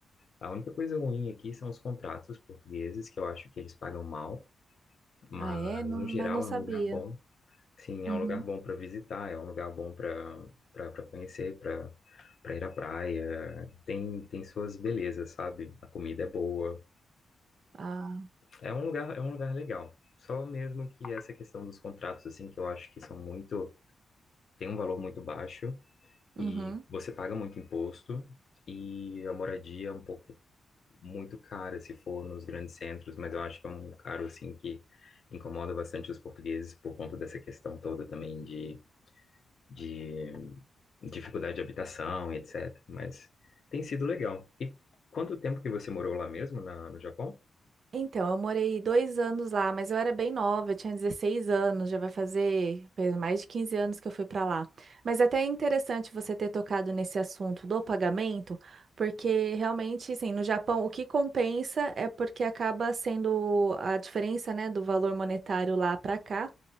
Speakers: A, on the left (about 50°); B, on the right (about 50°).
A: A única coisa ruim aqui são os contratos portugueses, que eu acho que eles pagam mal, mas,
B: Ah, é? Não,
A: no geral,
B: mas não
A: é
B: sabia.
A: um lugar bom Sim,
B: Uhum.
A: é um lugar bom para visitar, é um lugar bom para para conhecer, para para ir à praia. Tem tem suas belezas, sabe? A comida é boa.
B: Ah,
A: É um lugar é um lugar legal. Só mesmo que essa questão dos contratos assim, que eu acho que são muito tem um valor muito baixo
B: uhum.
A: e você paga muito imposto e a moradia é um pouco muito cara se for nos grandes centros, mas eu acho que é um caro assim que incomoda bastante os portugueses por conta dessa questão toda também de de dificuldade de habitação e etc. Mas tem sido legal. E quanto tempo que você morou lá mesmo, na- no Japão?
B: Então, eu morei dois anos lá, mas eu era bem nova, eu tinha 16 anos, já vai fazer fez mais de 15 anos que eu fui para lá. Mas até é interessante você ter tocado nesse assunto do pagamento, porque realmente, assim, no Japão o que compensa é porque acaba sendo a diferença, né, do valor monetário lá para cá.